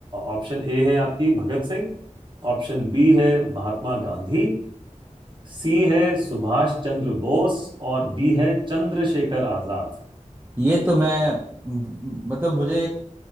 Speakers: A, on the right; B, on the right.
A: ऑप्शन ए है आपकी भगत सिंह ऑप्शन बी है महात्मा गांधी सी है सुभाष चंद्र बोस और डी है चंद्रशेखर आजाद
B: ये तो मैं म- मतलब मुझे